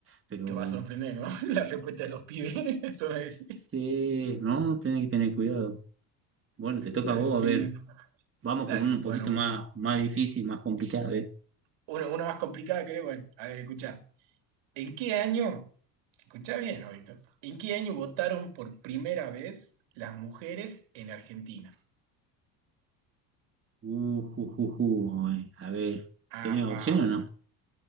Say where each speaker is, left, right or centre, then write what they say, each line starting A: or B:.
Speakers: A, on the right (about 25°); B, on the right (about 65°).
A: pero
B: te va a sorprender, ¿no? <laughs> La respuesta de los pibes, <laughs> eso es.
A: sí, no, tenés que tener cuidado. Bueno, te toca
B: Dale,
A: a vos, a
B: genial.
A: ver, vamos
B: Dale,
A: con uno un poquito
B: bueno,
A: más, más difícil, más complicado, a ver.
B: uno, una más complicada creo. Bueno, a ver, escucha. ¿En qué año, escucha bien, ¿no, Víctor? ¿En qué año votaron por primera vez las mujeres en Argentina?
A: Uh, uh, uh, uh, ay, a ver, ¿tenés
B: Apa.
A: opción o no?